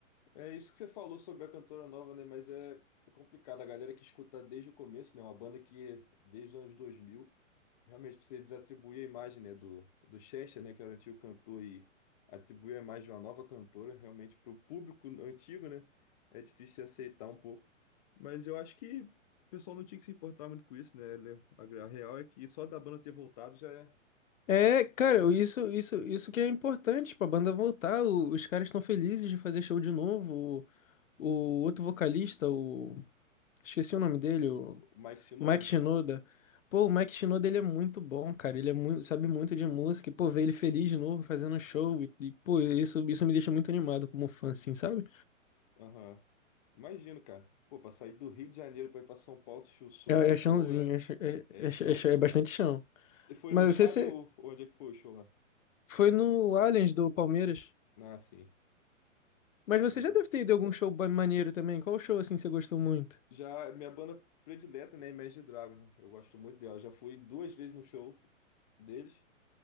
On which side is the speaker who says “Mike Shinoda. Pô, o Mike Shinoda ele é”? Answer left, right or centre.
Left